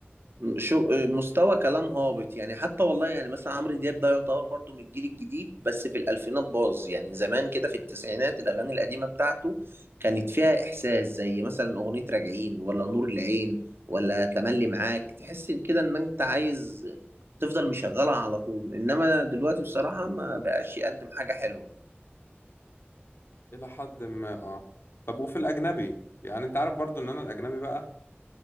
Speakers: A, on the right (about 65°); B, on the left (about 65°).
A: م- شو آه، مستوى كلام هابط يعني حتى والله يعني مثلا عمرو دياب ده يعتبر برضو من الجيل الجديد بس في الألفينات باظ يعني زمان كده في التسعينات الأغاني القديمة بتاعته كانت فيها إحساس زي مثلا أغنية راجعين ولا نور العين ولا تملي معاك تحس إن كده إن أنت عايز تفضل مشغلها على طول إنما دلوقتي بصراحة ما بقاش يقدم حاجة حلوة
B: إلى حد ما اه طب وفي الأجنبي يعني أنت عارف برضو إن أنا الأجنبي بقى